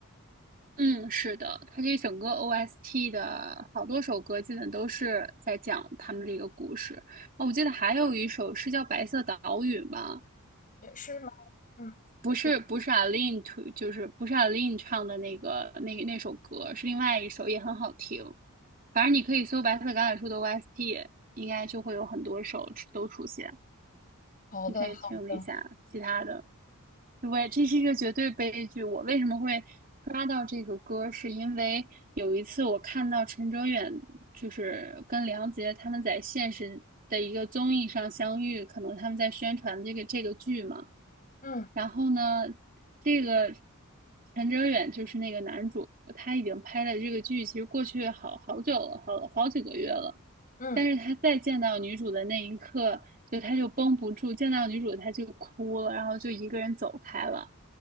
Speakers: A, on the right; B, on the left.
A: 嗯，是的，他这整个 OST 的好多首歌，基本都是在讲他们这个故事。哦，我记得还有一首是叫《白色岛屿》吧，
B: 也是吗？嗯，
A: 不是不是
B: 是
A: Aline to，就是不是 Aline 唱的那个那个那首歌，是另外一首也很好听。反正你可以搜《白色橄榄树》的 OST，应该就会有很多首出都出现。
B: 好的，
A: 你可以听一下其他的。
B: 好的，
A: 对，这是一个绝对悲剧。我为什么会刷到这个歌，是因为有一次我看到陈哲远就是跟梁洁他们在现实的一个综艺上相遇，可能他们在宣传这个这个剧嘛。
B: 嗯
A: 然后呢，这个陈哲远就是那个男主，他已经拍了这个剧，其实过去好好久了，好好几个月了。
B: 嗯，
A: 但是他再见到女主的那一刻，就他就绷不住，见到女主他就哭了，然后就一个人走开了。